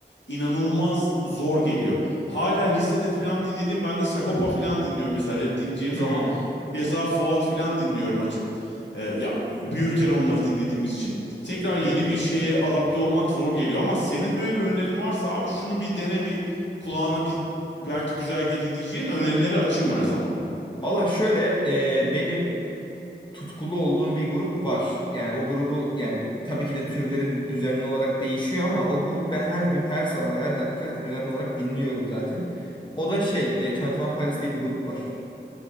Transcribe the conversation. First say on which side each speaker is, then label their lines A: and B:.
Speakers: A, on the left (about 80°); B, on the left (about 25°).
A: inanılmaz zor geliyor. Hala lisede filan dinledim ben de Sagopa filan dinliyorum mesela rap dinleyeceğim
B: Hmm,
A: zaman. Ceza Fuat filan dinliyorum açıp. Ee, ya büyürken onları dinlediğimiz için tekrar yeni
B: evet.
A: bir şeye adapte olmak zor geliyor ama senin böyle bir önerin varsa abi şunu bir dene bir kulağına bir belki güzel gelir diyeceğin önerileri açığım her zaman.
B: Valla şöyle e, benim tutkulu olduğum bir grup var. Yani o grubu yani tabii ki de türlerim düzenli olarak değişiyor ama o grup ben her gün, her sabah, her dakika düzenli olarak dinliyorum zaten. O da şey, e, 21 Pilots diye bir grup var.